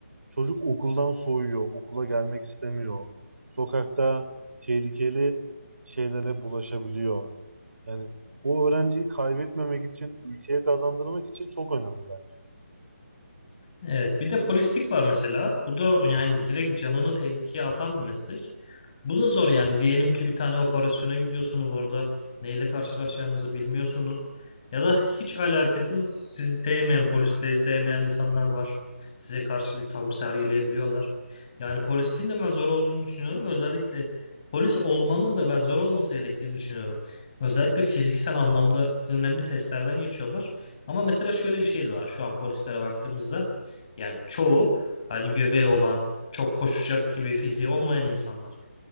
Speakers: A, on the right (about 75°); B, on the left (about 25°).
A: çocuk okuldan soğuyor, okula gelmek istemiyor. Sokakta tehlikeli şeylere bulaşabiliyor. Yani o öğrenciyi kaybetmemek için, ülkeye kazandırmak için çok önemli bence.
B: Evet, bir de polislik var mesela. Bu da yani direkt canını tehlikeye atan bir meslek. Bu da zor yani. Diyelim ki bir tane operasyona gidiyorsunuz orada neyle karşılaşacağınızı bilmiyorsunuz. Ya da hiç alakasız sizi sevmeyen, polisle sevmeyen insanlar var. Size karşı bir tavır sergileyebiliyorlar. Yani polisliğin de ben zor olduğunu düşünüyorum. Özellikle polis olmanın da ben zor olması gerektiğini düşünüyorum. Özellikle fiziksel anlamda önemli testlerden geçiyorlar. Ama mesela şöyle bir şey de var şu an polislere baktığımızda. Yani çoğu hani göbeği olan çok koşacak gibi fiziği olmayan insanlar.